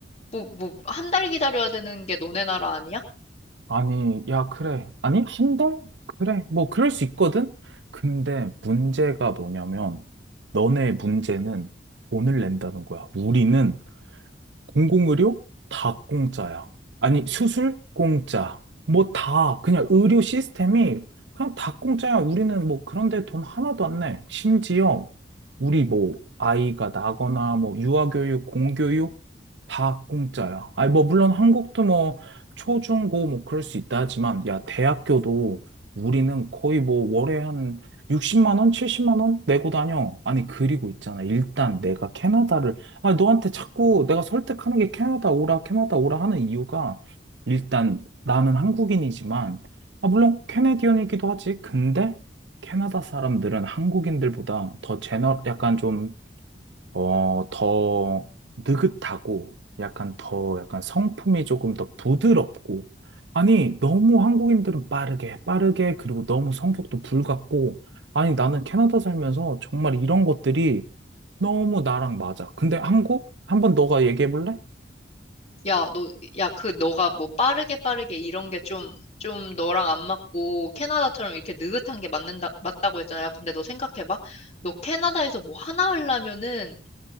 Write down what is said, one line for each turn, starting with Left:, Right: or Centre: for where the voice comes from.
Left: 뭐, 뭐, 한 달 기다려야 되는 게 너네 나라 아니야?
Right: 아니, 야, 그래. 아니, 한 달? 그래. 뭐, 그럴 수 있거든? 근데 문제가 뭐냐면, 너네 문제는 돈을 낸다는 거야. 우리는 공공의료 다 공짜야. 아니, 수술 공짜. 뭐 다, 그냥 의료 시스템이 그냥 다 공짜야. 우리는 뭐 그런데 돈 하나도 안 내. 심지어, 우리 뭐, 아이가 나거나, 뭐, 유아교육, 공교육, 다 공짜야. 아니, 뭐, 물론 한국도 뭐, 초, 중, 고, 뭐, 그럴 수 있다 하지만, 야, 대학교도 우리는 거의 뭐, 월에 한 60만 원, 70만 원 내고 다녀. 아니, 그리고 있잖아. 일단 내가 캐나다를, 아니, 너한테 자꾸 내가 설득하는 게 캐나다 오라, 캐나다 오라 하는 이유가, 일단 나는 한국인이지만, 아, 물론 캐네디언이기도 하지. 근데, 캐나다 사람들은 한국인들보다 더 제너, 약간 좀, 어, 더 느긋하고 약간 더 약간 성품이 조금 더 부드럽고 아니 너무 한국인들은 빠르게 빠르게 그리고 너무 성격도 불같고 아니 나는 캐나다 살면서 정말 이런 것들이 너무 나랑 맞아. 근데 한국? 한번 너가 얘기해 볼래?
Left: 야, 너, 야, 그, 너가 뭐 빠르게 빠르게 이런 게 좀, 좀 너랑 안 맞고, 캐나다처럼 이렇게 느긋한 게 맞는다, 맞다고 했잖아. 야, 근데 너 생각해봐. 너 캐나다에서 뭐 하나 하려면은,